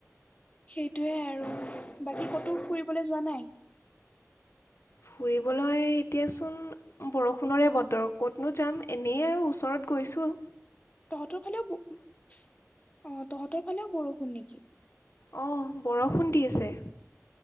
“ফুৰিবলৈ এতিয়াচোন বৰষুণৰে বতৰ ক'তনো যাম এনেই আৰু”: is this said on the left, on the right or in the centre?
Left